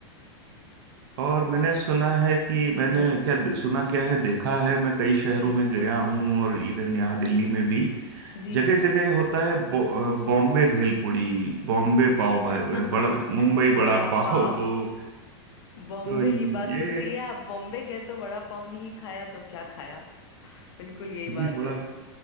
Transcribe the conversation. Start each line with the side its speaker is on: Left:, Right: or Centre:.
Right: <laughs> और मैंने सुना है कि मैंने
Left: जी
Right: क्या सुना क्या है देखा है मैं कई शहरों
Left: जी
Right: में गया हूँ और इवन यहाँ दिल्ली में भी
Left: जी
Right: जगह जगह होता है बॉ- अ, बॉम्बे भेलपुड़ी बॉम्बे पाव भाई अ,
Left: <laughs>
Right: बड़ा मुंबई
Left: वड़ा
Right: बड़ा पाव
Left: पाव
Right: तो,
Left: <laughs> बॉम्बे
Right: तो
Left: की बात
Right: ये
Left: तो सही है आप बॉम्बे गए तो वड़ा पाव नहीं खाया तो क्या खाया बिल्कुल यही
Right: जी
Left: बात
Right: बड़ा
Left: है